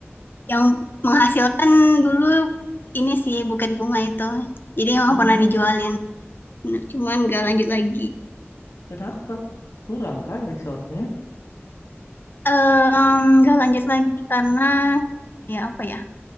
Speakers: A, on the left; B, on the left.
A: Yang menghasilkan dulu ini sih buket bunga itu. Jadi emang
B: Ah,
A: pernah dijualin. Nah, Cuman gak lanjut lagi.
B: kenapa? Kurang kah resource-nya?
A: Em, gak lanjut lagi karena ya apa ya?